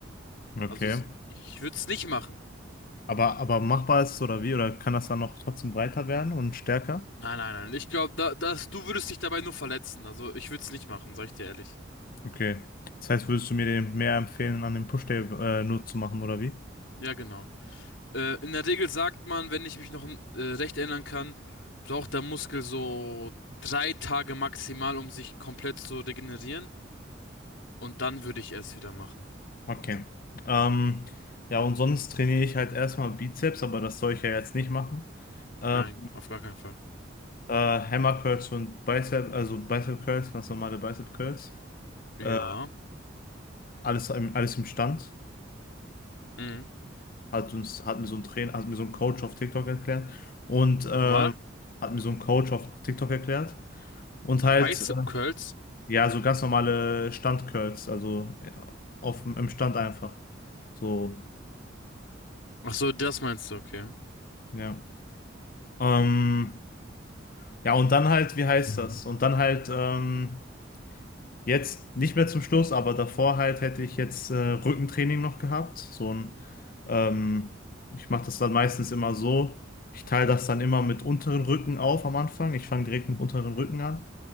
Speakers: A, on the left; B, on the left.
A: Okay.
B: Also s- ich würde es nicht machen.
A: Aber, aber machbar ist es oder wie? Oder kann das dann noch trotzdem breiter werden und stärker?
B: Nein, nein, nein. Ich glaube, da, das, du würdest dich dabei nur verletzen. Also ich würde es nicht machen, sag ich dir ehrlich.
A: Okay. Das heißt, würdest du mir den mehr empfehlen, an dem Push-Day äh, nur zu machen, oder wie?
B: Ja, genau. Äh, in der Regel sagt man, wenn ich mich noch äh, recht erinnern kann, braucht der Muskel so drei Tage maximal, um sich komplett zu regenerieren. Und dann würde ich es wieder machen.
A: Okay. Ähm, ja, und sonst trainiere ich halt erstmal Bizeps, aber das soll ich ja jetzt nicht machen. Ähm,
B: Nein, auf gar keinen Fall.
A: äh, Hammer Curls und Bicep, also Bicep Curls, ganz normale Bicep Curls.
B: Ja.
A: Äh, alles, im- alles im Stand.
B: Mhm.
A: Hat uns, hat mir so ein Trainer, hat mir so ein Coach auf TikTok erklärt. Und ähm,
B: Nochmal.
A: hat mir so ein Coach auf TikTok erklärt. Und halt
B: Bicep
A: äh,
B: Curls.
A: Ja, so ganz normale Standcurls, also ja, auf, im Stand einfach. So,
B: Ach so, das meinst du, okay.
A: ja. Ähm, ja, und dann halt, wie heißt das? Und dann halt ähm, jetzt nicht mehr zum Schluss, aber davor halt hätte ich jetzt äh, Rückentraining noch gehabt. So ein, ähm, ich mache das dann meistens immer so. Ich teile das dann immer mit unteren Rücken auf am Anfang. Ich fange direkt mit unteren Rücken an.